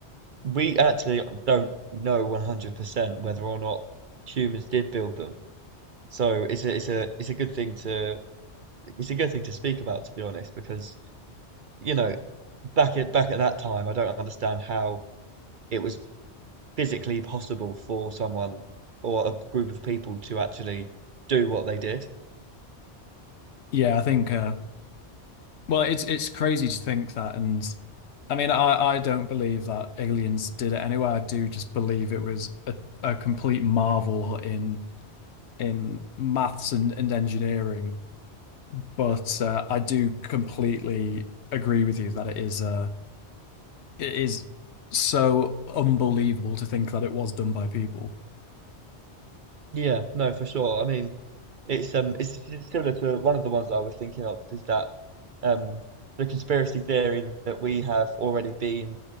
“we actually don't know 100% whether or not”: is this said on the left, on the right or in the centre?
Right